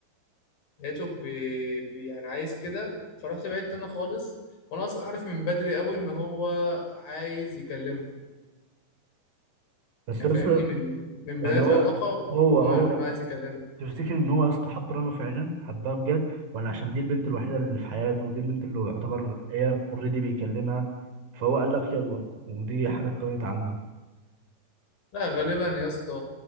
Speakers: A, on the left (about 85°); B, on the right (about 75°).
A: لقيته بي بي يعني عايز كده فرحت بعدت انا خالص وانا اصلا عارف من بدري قوي ان هو عايز يكلمها
B: بس
A: يعني
B: يا
A: فاهمني
B: اسطى
A: من من
B: يعني
A: بدايه
B: هو
A: العلاقه
B: هو
A: وانا
B: هو
A: عارف انه عايز يكلمها
B: تفتكر ان هو يا اسطى حب رنا فعلا حبها بجد ولا عشان دي البنت الوحيده اللي في حياته ودي البنت اللي هو يعتبر هي اوريدي بيكلمها فهو قال لك يلا ودي حاجه اتكونت عنده
A: لا غالبا يا اسطى